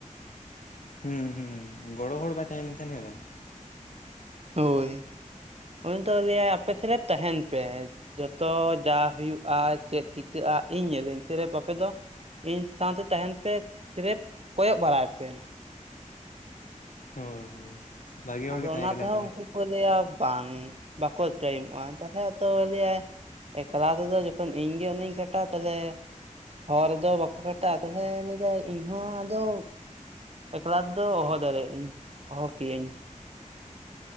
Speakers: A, on the left (about 70°); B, on the right (about 50°).
A: ᱦᱩᱸ ᱦᱩᱸ, ᱜᱚᱲᱚ ᱦᱚᱲ ᱵᱟᱭ ᱛᱟᱦᱮᱸ ᱞᱮᱱ ᱠᱷᱟᱱ ᱦᱮ ᱵᱟᱝ,
B: ᱦᱳᱭ, ᱩᱱᱤ ᱫᱚ ᱞᱟᱹᱭᱟᱭ ᱟᱯᱮ ᱥᱮᱨᱟᱹᱯ ᱛᱟᱦᱮᱱ ᱯᱮ᱾ ᱡᱚᱛᱚ ᱡᱟ ᱦᱩᱭᱩᱜᱼᱟ ᱪᱮᱫ ᱪᱤᱠᱟᱹᱜᱼᱟ ᱤᱧ ᱧᱮᱞᱟᱹᱧ ᱥᱮᱨᱟᱹᱯ ᱟᱯᱮ ᱫᱚ ᱤᱧ ᱥᱟᱶᱛᱮ ᱛᱟᱦᱮᱱ ᱯᱮ ᱥᱮᱨᱮᱯ ᱠᱚᱭᱚᱜ ᱵᱟᱲᱟᱭ ᱯᱮ᱾
A: ᱦᱳᱭ ᱦᱳᱭ, ᱵᱷᱟᱜᱮ ᱦᱚᱲ
B: ᱟᱫᱚ
A: ᱜᱮ ᱛᱟᱦᱮᱸ
B: ᱚᱱᱟ
A: ᱠᱟᱱᱟᱭ
B: ᱛᱮᱦᱚᱸ
A: ᱛᱟᱦᱚᱞᱮ᱾
B: ᱩᱱᱠᱩ ᱠᱚ ᱞᱟᱹᱭᱟ ᱵᱟᱝ ᱵᱟᱠᱚ ᱴᱟᱭᱤᱢᱚᱜᱼᱟ, ᱛᱟᱦᱚᱞᱮ ᱟᱫᱚ ᱞᱟᱹᱭᱟᱭ ᱮᱠᱞᱟ ᱛᱮᱫᱚ ᱡᱚᱠᱷᱚᱱ ᱤᱧᱜᱮ ᱩᱱᱟᱹᱜ ᱤᱧ ᱠᱷᱴᱟᱜᱼᱟ, ᱛᱟᱦᱞᱮ ᱦᱚᱨ ᱫᱚ ᱵᱟᱠᱚ ᱠᱷᱟᱴᱟᱜᱼᱟ, ᱛᱟᱦᱚᱞᱮ ᱞᱟᱹᱭ ᱫᱟᱭ ᱤᱧ ᱦᱚᱸ ᱟᱫᱚ ᱮᱠᱞᱟ ᱛᱮᱫᱚ ᱦᱚᱦᱚ ᱫᱟᱲᱮᱭᱟᱜ ᱟᱹᱧ, ᱦᱚᱦᱚ ᱠᱮᱭᱟᱹᱧ᱾